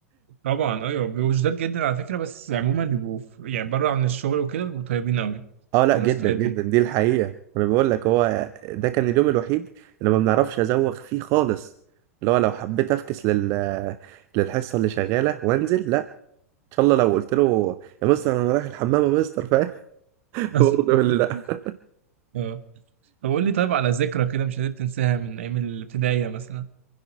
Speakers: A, on the right; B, on the right.
A: طبعا ايوه بيبقوا شداد جدا على فكره بس عموما بيبقوا ف- يعني بره عن الشغل وكده بيبقوا طيبين قوي
B: اه لا
A: بيبقوا
B: جدا
A: ناس طيبين
B: جدا دي الحقيقة انا بقول لك هو ده كان اليوم الوحيد اللي ما بنعرفش ازوغ فيه خالص اللي هو لو حبيت افكس لل للحصة اللي شغالة وانزل لا ان شاء الله لو قلت له يا مستر انا رايح الحمام يا مستر فاهم <laughs>
A: <laughs>
B: برضه يقول لي لا
A: اه طب قول لي طيب على ذكرى كده مش قادر تنساها من ايام الابتدائيه مثلا